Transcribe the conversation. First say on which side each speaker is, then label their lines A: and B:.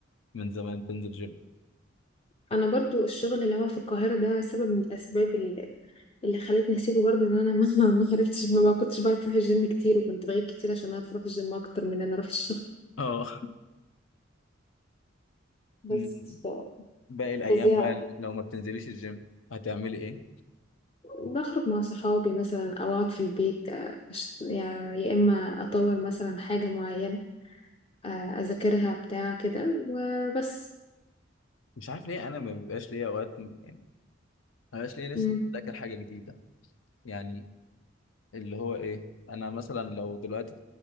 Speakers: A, on the left; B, on the left.
A: من زمان بنزل جيم
B: أنا برضو الشغل اللي هو في القاهرة ده سبب من الأسباب اللي, اللي خلتني أسيبه برضو إن أنا ما <laughs> ما عرفتش ما بقى- كنتش بعرف أروح الجيم كتير وكنت بغيب كتير عشان أعرف أروح الجيم أكتر من إن أنا أروح الشغل
A: اه
B: <laughs> بس
A: أمم.
B: ف-
A: باقي الايام
B: فظيعة
A: بقى لو ما بتنزليش الجيم هتعملي ايه
B: بخرج مع صحابي مثلا أو أقعد في البيت آه، أش- يا يا إما أطور مثلا حاجة معينة آه، أذاكرها بتاع كده وبس
A: مش عارف ليه انا ما بيبقاش ليا اوقات يعني ما بيبقاش ليا نفسي
B: مم.
A: اذاكر حاجه جديده يعني اللي هو ايه انا مثلا لو دلوقتي